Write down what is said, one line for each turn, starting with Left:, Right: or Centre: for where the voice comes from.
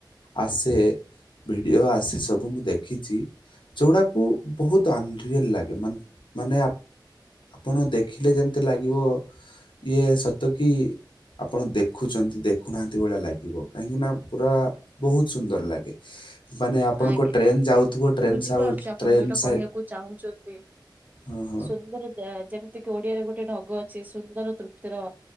Left: ଆସେ ଭିଡିଓ ଆସେ ସବୁ ମୁଁ ଦେଖିଛି। ଯୋଉଡ଼ାକୁ ବହୁତ୍ ଅନ୍ ରିଅଲ୍ ଲାଗେ ମାନ୍ ମାନେ ଆପଣ ଦେଖିଲେ ଯେମିତି ଲାଗିବ ଇଏ ସତ କିି ଆପଣ ଦେଖୁଛନ୍ତି ଦେଖୁନାହାନ୍ତି ଭଳିଆ ଲାଗିବ କାହିଁକି ନା ପୁରା ବହୁତ୍ ସୁନ୍ଦର୍ ଲାଗେ। ମାନେ ଆପଣଙ୍କ
Right: ଆଜ୍ଞା
Left: ଟ୍ରେନ୍ ଯାଉଥିବ ଟ୍ରେନ୍
Right: ବୁଝିପାରଛି
Left: ସାଉଣ୍ଡ
Right: ଆପଣ
Left: ଟ୍ରେନ୍
Right: ଯୋଟା
Left: ସାଇଡ୍
Right: କହିଆକୁ ଚାହୁଁଛନ୍ତି।
Left: ହଁ ହଁ
Right: ସୁନ୍ଦର ଯାଆ ଯେମ୍ତି କି ଓଡିଆରେ ଗୋଟେ ଢଗ ଅଛି ସୁନ୍ଦର ତୃପ୍ତିର